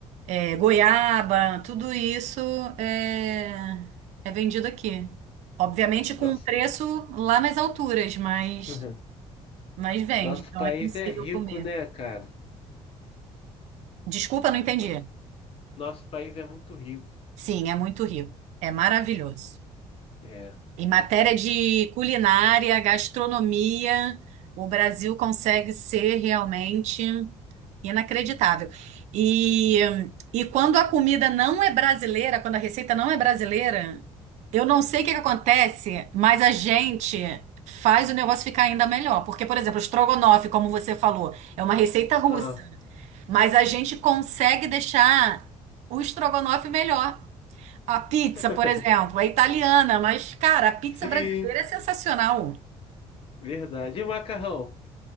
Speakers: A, on the right (about 75°); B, on the left (about 50°).
A: é, goiaba, tudo isso é, é vendido aqui. Obviamente
B: Nossa,
A: com um preço lá nas alturas, mas,
B: <laughs>
A: mas vende,
B: nosso
A: então
B: país
A: é possível
B: é rico,
A: comer.
B: né, cara?
A: Desculpa, não entendi.
B: Nosso, nosso país é muito rico.
A: Sim, é muito rico. É maravilhoso.
B: É.
A: Em matéria de culinária, gastronomia, o Brasil consegue ser realmente inacreditável. E, e quando a comida não é brasileira, quando a receita não é brasileira, eu não sei o que que acontece, mas a gente faz o negócio ficar ainda melhor. Porque, por exemplo, o estrogonofe, como você falou, é uma receita
B: Aham.
A: russa, mas a gente consegue deixar o estrogonofe melhor. A pizza,
B: <laughs>
A: por exemplo, é italiana, mas, cara, a pizza
B: Sim,
A: brasileira é sensacional.
B: verdade. E o macarrão?